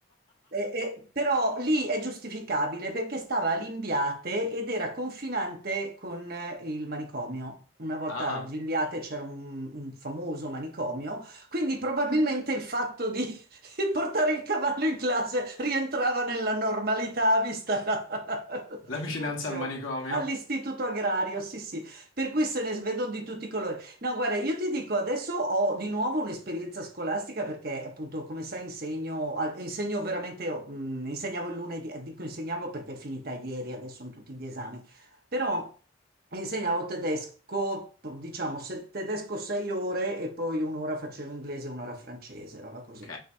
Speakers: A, on the right; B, on the left.
A: Eh, eh, però lì è giustificabile perché stava a Limbiate ed era confinante con eh, il manicomio. Una volta
B: Ah,
A: a Limbiate c'era un, un famoso manicomio, quindi probabilmente il fatto di, <laughs> di portare il cavallo in classe rientrava nella normalità vista la, <laughs> la
B: la
A: situazione.
B: vicinanza al manicomio.
A: All'istituto agrario, sì, sì, per cui se ne vedono di tutti i colori. No, guarda, io ti dico, adesso ho di nuovo un'esperienza scolastica perché appunto, come sai, insegno, al- insegno veramente, mh, insegnavo il lunedì, eh, dico insegnavo perché è finita ieri, adesso sono tutti gli esami, però insegnavo tedesco, diciamo, se- tedesco sei ore e poi un'ora facevo inglese e un'ora francese, roba così
B: Ok,